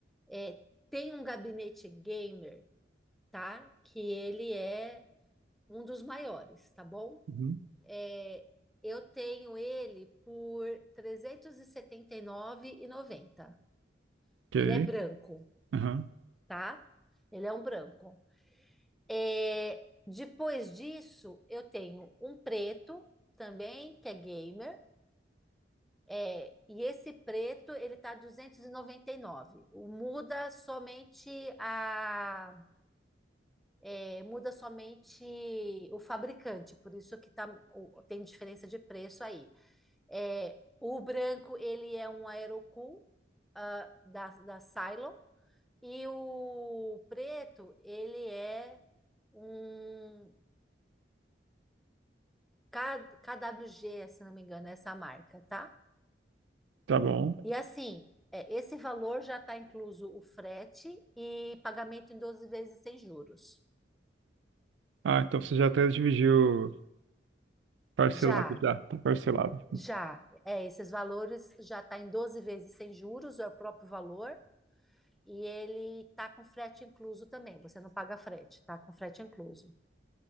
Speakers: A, in the centre; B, on the right (about 85°).
A: É, tem um gabinete gamer, tá? Que ele é um dos maiores, tá bom?
B: Uhum.
A: É, eu tenho ele por trezentos e e setenta e nove R$ 379,90.
B: Ok.
A: Ele é branco,
B: Aham,
A: tá? Ele é um branco. É, depois disso, eu tenho um preto também, que é gamer. É, e esse preto, ele tá duzentos e e noventa e nove. O muda somente a é, muda somente o fabricante, por isso que tá o- tem diferença de preço aí. É, o branco, ele é um aerocool, ah, da, da Cylon. E o preto, ele é um K, KWG, se não me engano, é essa marca, tá?
B: Tá bom.
A: E assim, é, esse valor já está incluso o frete e pagamento em 12 vezes sem juros.
B: Ah, então você já até dividiu parcelado
A: Já,
B: já, tá parcelado.
A: já, é, esses valores já está em 12 vezes sem juros, é o próprio valor, e ele tá com frete incluso também. Você não paga frete, tá com frete incluso.